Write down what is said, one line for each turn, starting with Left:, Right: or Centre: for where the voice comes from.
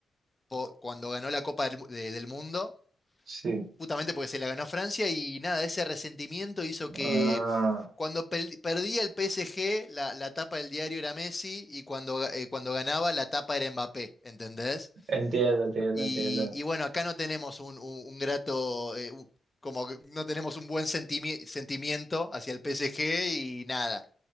Left: po- cuando ganó la Copa del, de- del Mundo,
Right: sí.
Left: justamente porque se la ganó Francia y nada, ese resentimiento hizo que
Right: Ah,
Left: cuando pel- perdía el PSG, la, la tapa del diario era Messi y cuando, ga- eh, cuando ganaba la tapa era Mbappé, ¿entendés?
Right: entiendo, entiendo,
Left: Y,
Right: entiendo.
Left: y bueno, acá no tenemos un, un- un grato, eh, un- como que no tenemos un buen sentimi- sentimiento hacia el PSG y nada.